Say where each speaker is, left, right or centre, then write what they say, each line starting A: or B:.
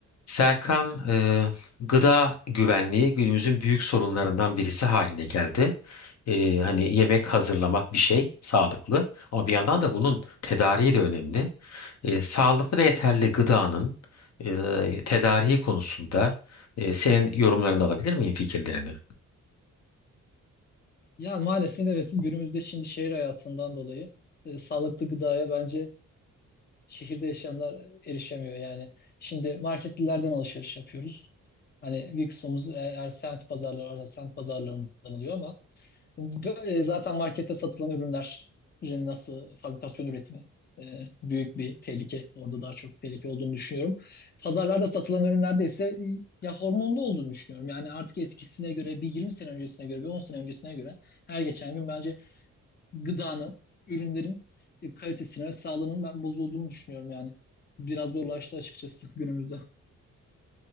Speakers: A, on the left; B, on the left.
A: Serkan, e, gıda güvenliği günümüzün büyük sorunlarından birisi haline geldi. E, hani yemek hazırlamak bir şey sağlıklı ama bir yandan da bunun tedariği de önemli. E, sağlıklı ve
B: Evet.
A: yeterli gıdanın e, tedariği konusunda e, senin yorumlarını alabilir miyim fikirlerini?
B: Ya maalesef evet günümüzde şimdi şehir hayatından dolayı e, sağlıklı gıdaya bence şehirde yaşayanlar erişemiyor. Yani şimdi marketlilerden alışveriş yapıyoruz. Hani bir kısmımız e- eğer semt pazarları varsa semt pazarlarından alıyor ama Ve, e, Zaten markette satılan ürünlerin nasıl fabrikasyon üretimi e, büyük bir tehlike. Orada daha çok tehlike olduğunu düşünüyorum. Pazarlarda satılan ürünlerde ise e, ya hormonlu olduğunu düşünüyorum. Yani artık eskisine göre bir 20 sene öncesine göre bir 10 sene öncesine göre her geçen gün bence gıdanın, ürünlerin e, kalitesine ve sağlığının ben bozulduğunu düşünüyorum yani. Biraz zorlaştı açıkçası günümüzde.